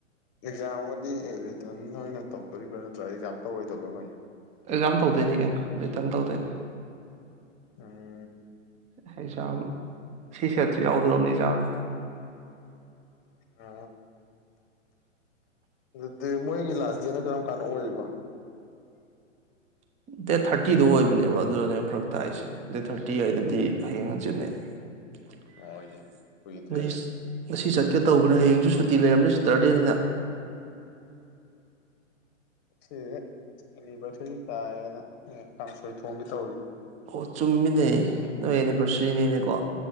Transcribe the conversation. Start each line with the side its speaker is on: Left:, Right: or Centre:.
Left: ꯑꯦꯛꯖꯥꯝꯒꯗꯤ ꯔꯤꯇꯟ ꯑꯣꯏꯅ ꯇꯧꯗꯣꯔꯤꯕ꯭ꯔꯥ ꯅꯠꯇ꯭ꯔꯒ ꯑꯦꯛꯖꯥꯝ ꯇꯧꯔꯣꯏꯗꯕ꯭ꯔꯥ ꯀꯩꯅꯣ
Right: ꯑꯦꯛꯖꯥꯝ ꯇꯧꯗꯣꯏꯅꯤ ꯀꯩꯅꯣ ꯔꯤꯇꯟ ꯇꯧꯗꯣꯏꯅꯤ
Left: ꯎꯝ
Right: ꯑꯦꯛꯖꯥꯝ ꯁꯤꯁꯦꯠꯁꯨ ꯌꯥꯎꯗꯨꯏ ꯑꯣꯏꯔꯝꯅꯤ ꯑꯦꯛꯖꯥꯝꯁꯦ
Left: ꯑ ꯑꯗꯨꯗꯤ ꯃꯣꯏꯒꯤ ꯂꯥꯁ ꯗꯦꯠꯅ ꯀꯔꯝ ꯀꯥꯟꯗ ꯑꯣꯏꯔꯤꯕ
Right: ꯗꯦꯠ ꯊꯥꯔꯇꯤꯗ ꯑꯣꯏꯕꯅꯦꯕ ꯑꯗꯨꯗꯅꯦꯕ ꯐꯔꯛ ꯇꯥꯛꯏꯁꯦ ꯗꯦꯠ ꯊꯥꯔꯇꯤ ꯍꯥꯏꯗꯗꯤ ꯍꯌꯦꯡ ꯍꯪꯆꯤꯠꯅꯦ <unintelligible>
Left: ꯍꯣꯏꯅꯦ ꯀꯨꯏꯗ꯭ꯔꯦꯅꯦ
Right: ꯉꯁꯤ ꯆꯠꯀꯦ ꯇꯧꯕꯅꯦ ꯍꯌꯦꯡꯁꯨ ꯁꯨꯇꯤ ꯂꯩꯔꯝꯃꯦ ꯁꯦꯇꯔꯗꯦꯅꯤꯅ
Left: ꯁꯤꯁꯦ ꯑꯦꯅꯤꯚꯔꯁꯔꯤ ꯇꯥꯏꯌꯦꯅ ꯀꯥꯡꯁꯣꯏ ꯊꯣꯡꯗꯤ ꯇꯧꯔꯤ
Right: ꯑꯣ ꯆꯨꯝꯃꯤꯅꯦ ꯅꯣꯏ ꯑꯦꯅꯤꯚꯔꯁꯔꯤꯅꯤꯅꯦꯀꯣ